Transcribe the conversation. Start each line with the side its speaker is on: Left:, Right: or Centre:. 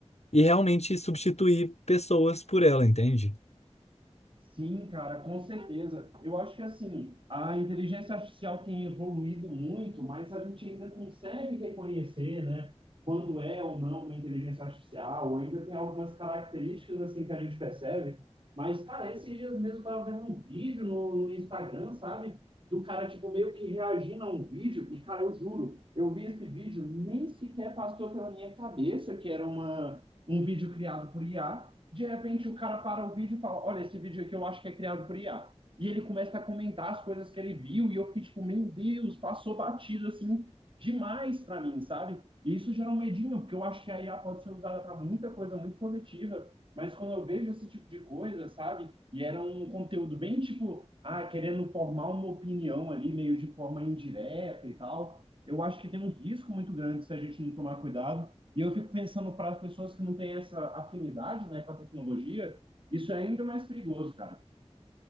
Left: e realmente substituir pessoas por ela, entende?
Right: Sim, cara, com certeza. Eu acho que assim, a inteligência artificial tem evoluído muito, mas a gente ainda consegue reconhecer, né, quando é ou não uma inteligência artificial, ou ainda tem algumas características assim que a gente percebe. Mas, cara, esses dias mesmo eu tava vendo um vídeo no, no Instagram, sabe? Do cara, tipo, meio que reagindo a um vídeo, e, cara, eu juro, eu vi esse vídeo, nem sequer passou pela minha cabeça que era uma, um vídeo criado por IA. De repente o cara para o vídeo e fala: Olha, esse vídeo aqui eu acho que é criado por IA. E ele começa a comentar as coisas que ele viu, e eu fiquei tipo, meu Deus, passou batido assim demais para mim, sabe? E isso gera um medinho, porque eu acho que a IA pode ser usada para muita coisa muito positiva, mas quando eu vejo esse tipo de coisa, sabe? E era um conteúdo bem tipo, ah, querendo formar uma opinião ali, meio de forma indireta e tal, eu acho que tem um risco muito grande se a gente não tomar cuidado e eu fico pensando para as pessoas que não têm essa afinidade, né, com a tecnologia, isso é ainda mais perigoso, cara.